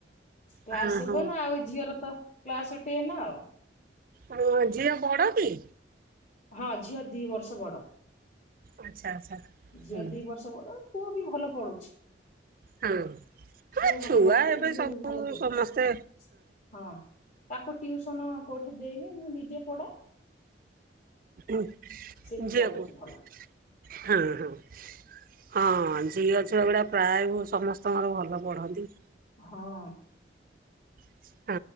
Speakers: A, on the left; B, on the right.
A: କ୍ଲାସ୍
B: ହଁ
A: ସେଭେନେ ଆଉ ଇ ଝିଅର ତ କ୍ଲାସ ଟେନେ ଆଉ।
B: ହଁ ଝିଅ ବଡ କି?
A: ହଁ ଝିଅ ଦି ବର୍ଷ ବଡ
B: ଆଚ୍ଛା ଆଚ୍ଛା
A: ଝିଅ
B: ହୁଁ
A: ଦି ବର୍ଷ ବଡ ପୁଅ ବି ଭଲ ପଡୁଛି
B: ହଁ ହଁ
A: ପୁଅ ଭଲ
B: ଛୁଆ
A: ପଢୁଛି
B: ଏବେ
A: ଝିଅ
B: ସବୁ
A: ବି ଭଲ ପଢୁଛି
B: ସମସ୍ତେ
A: ହଁ। ତାକୁ ଟିଉସନ କଉଠି ଦେଇନି ମୁଁ ନିଜେ ପଡ଼େ
B: ଉଁ
A: ସିଏ ବି
B: ଝିଅକୁ
A: ପଢୁଛି ଭଲ
B: ହୁଁ ହୁଁ। ହଁ ଝିଅ ଛୁଆ ଗୁଡ଼ା ପ୍ରାୟେ ଭ ସମସ୍ତଙ୍କର ଭଲ ପଢ଼ନ୍ତି।
A: ହଁ।
B: <inaudible>